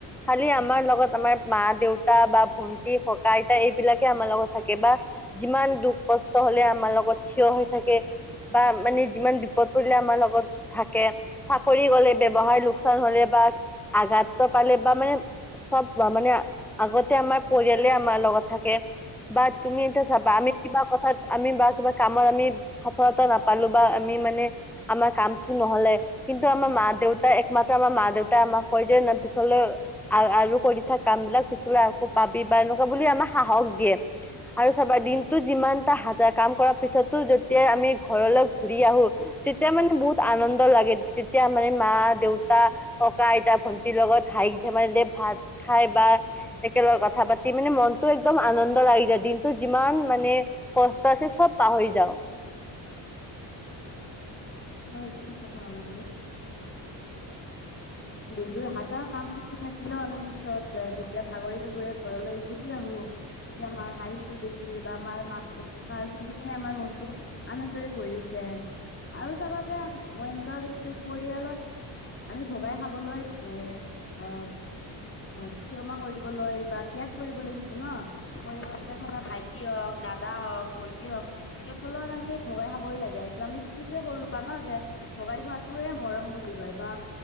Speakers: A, in the centre; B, on the left.
A: খালি আমাৰ লগত আমাৰ মা দেউতা বা ভন্টি ককা আইতা এইবিলাকে আমাৰ লগত থাকে বা যিমান দুখ কষ্ট হ'লেও আমাৰ লগত থিয় হৈ থাকে বা মানে যিমান বিপদ পৰিলে আমাৰ লগত থা কে চাকৰি গ'লে ব্যৱসায় লোকচান হ'লে বা আঘাত ত পালে বা মানে চব মানে আগতে আমাৰ পৰিয়ালে আমাৰ লগত থাকে। বা তুমি এতিয়া চাবা আমি কিবা কথাত আমি বা কিবা কামত আমি সফলতা নাপালো বা আমি মানে আমাৰ কাম নহ'লে কিন্তু আমাৰ মা দেউতাই একমাত্ৰ আমাৰ মা দেউতাই আমাক কয় যে পিছলৈ আ আ আৰু কৰি থাক কাম বিলাক পিছলৈ আকৌ পাবি বা এনেকুৱা বুলি আমাক সাহস দিয়ে আৰু চাবা দিনটোত যিমানটা হাজাৰ কাম কৰাৰ পিছতো যেতিয়া আমি ঘৰলৈ ঘুৰি আহো তেতিয়া মানে বহুত আনন্দ লাগে তেতিয়া মানে মা দেউতা ককা আইতা ভন্টিৰ লগত হাইক ধেমালিতে ভাত খাই বা, একেলগে কথা পাতি মানে মনতো একদম আনন্দ লাগি যায় দিনটো যিমান মানে। মানে কষ্ট আছে চব পাহৰি যাও।
B: হয় এইটো ঠিক কথা কলা তুমি। দিনটো হাজাৰ কাম থাকিলেও আমি পিছত যেতিয়া ভাগৰি দুগৰি ঘৰলৈ উভতি আহো। তেতিয়া মাৰ হাঁহিটো দেখি বা মাৰ মাত এষাৰ শুনিয়ে আমাৰ মনটো আনন্দৰে ভৰি উঠে। আৰু চাবা যে মই এনেকুৱাও দেখিছো পৰিয়ালত। আমি ভগাই খাবলৈ এ এ। অ, ক্ষমা কৰিবলৈ বা ত্যাগ কৰিবলৈ শিকো ন পৰিয়াল এতিয়া ধৰা ভাইটি হওক। দাদা হওক ভণ্টি হক সিহতৰ লগত আমি ভগাই খাবই লাগে এইটো আমি শিকিছোে সৰু যে ভগাই খোৱাটোয়ে মৰম বুলি কয় বা